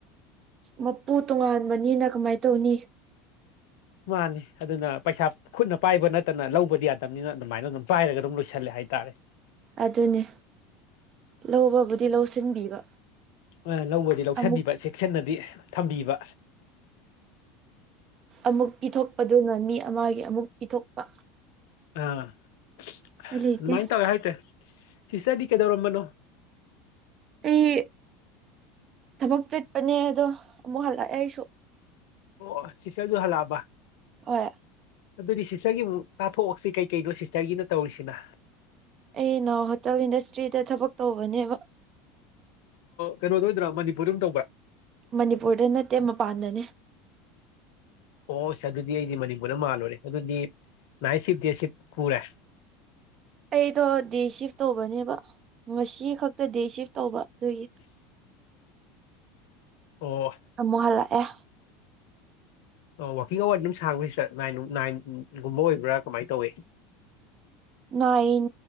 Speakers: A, on the right (about 40°); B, on the left (about 60°).
A: ꯃꯄꯨ ꯇꯣꯉꯥꯟꯕꯅꯤꯅ ꯀꯃꯥꯏꯅ ꯇꯧꯅꯤ
B: ꯃꯥꯅꯤ ꯑꯗꯨꯅ ꯄꯩꯁꯥ ꯈꯨꯠꯅ ꯄꯥꯏꯕ ꯅꯠꯇꯅ ꯂꯧꯕꯗꯤ ꯌꯥꯗꯕꯅꯤꯅ ꯑꯗꯨꯃꯥꯏꯅ ꯑꯗꯨꯝ ꯄꯥꯏꯔꯒ ꯑꯗꯨꯝ ꯂꯣꯏꯁꯜꯂꯦ ꯍꯥꯏꯇꯥꯔꯦ
A: ꯑꯗꯨꯅꯦ ꯂꯧꯕꯕꯨꯗꯤ ꯂꯧꯁꯤꯟꯕꯤꯕ
B: ꯑ ꯂꯧꯕꯗꯤ ꯂꯧꯁꯤꯟꯕꯤꯕ
A: ꯑꯃꯨꯛ
B: ꯆꯦꯛꯁꯤꯟꯅꯗꯤ ꯊꯝꯕꯤꯕ
A: ꯑꯃꯨꯛ ꯄꯤꯊꯣꯛꯄꯗꯨꯅ ꯃꯤ ꯑꯃꯒꯤ ꯑꯃꯨꯛ ꯄꯤꯊꯣꯛꯄ
B: ꯑꯥꯃꯥꯏ
A: ꯎꯄꯥꯏ ꯂꯩꯇꯦ
B: ꯇꯕꯦ ꯍꯥꯏꯥꯏꯇ ꯁꯤꯁꯗꯤ ꯀꯩꯗꯧꯔꯝꯕꯅꯣ
A: ꯑꯩ ꯊꯕꯛ ꯆꯠꯄꯅꯦ ꯑꯗꯣ ꯑꯃꯨꯛ ꯍꯜꯂꯛꯑꯦ ꯑꯩꯁꯨ
B: ꯑꯣ ꯁꯤꯇꯁꯨ ꯍꯜꯂꯛꯑꯕ
A: ꯑ <inaudible>
B: ꯑꯗꯨꯗꯤ ꯁꯤꯁꯇꯔꯒꯤ ꯑꯃꯨꯛ ꯇꯥꯊꯣꯛꯑꯁꯤ ꯀꯩ ꯀꯩꯅꯣ ꯁꯤꯁꯇꯔꯒꯤꯅ ꯇꯧꯔꯤꯁꯤꯅ
A: ꯑꯩꯅ ꯍꯣꯇꯦꯜ ꯏꯟꯗꯁꯇ꯭ꯔꯤꯗ ꯊꯕꯛ ꯇꯧꯕꯅꯦꯕ
B: ꯀꯩꯅꯣꯗꯣ ꯑꯣꯏꯗ꯭ꯔꯥ ꯃꯅꯤꯄꯨꯔꯗꯝ ꯇꯧꯕ꯭ꯔꯥ
A: ꯃꯅꯤꯄꯨꯔꯗ ꯅꯠꯇꯦ ꯃꯄꯥꯟꯗꯅꯦ
B: ꯑꯣꯁ ꯑꯗꯨꯗꯤ ꯑꯩꯗꯤ ꯃꯅꯤꯄꯨꯔꯗ ꯃꯥꯜꯂꯨꯔꯦ ꯑꯗꯨꯗꯤ ꯅꯅꯥꯏꯁꯤꯞ ꯗꯦꯁꯤꯞ ꯀꯔ
A: ꯑꯩꯗꯣ ꯗꯦ ꯁꯤꯐ ꯇꯧꯕꯅꯦꯕ ꯉꯁꯤ ꯈꯛꯇ ꯗꯦ ꯁꯤꯐ ꯇꯧꯕ ꯇꯏ
B: ꯑꯣ
A: ꯑꯃꯨꯛ ꯍꯜꯂꯛꯑꯦ
B: ꯋꯥꯋꯥꯛꯀꯤꯡ ꯑꯋꯥꯔ ꯑꯗꯨꯝ ꯁꯥꯡꯈ꯭ꯔꯁꯤꯔ ꯅꯥꯏꯟꯒꯨꯝꯕ ꯑꯣꯏꯕ꯭ꯔꯥ ꯀꯃꯥꯏꯅ ꯇꯧꯏꯤ
A: ꯅꯥꯏꯟ